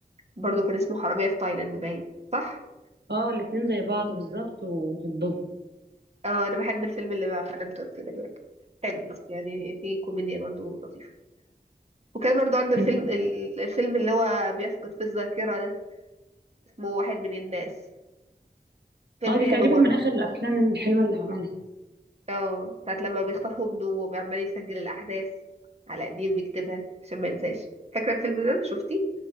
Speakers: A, on the right; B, on the right.
A: برضو كان اسمه حراميه في تايلاند باين صح
B: اه الاتنين زي بعض بالظبط وحبهم
A: اه انا بحب الفيلم اللي مع حنان ترك ده جدا حلو يعني في كوميديا برضه لطيفة وكان برضه عنده
B: مم.
A: الفيلم ال- الفيلم اللي هو بيفقد في الذاكرة ده اسمه واحد من الناس فيلم
B: اه دي
A: حلو
B: تقريبا
A: برضه
B: من اخر الافلام الحلوه اللي عملها
A: اه ساعة لما بيخطفوا ابنه وبيعمل يسجل الأحداث على ايديه وبيكتبها عشان ما ينساش فاكرة الفيلم ده شفتيه؟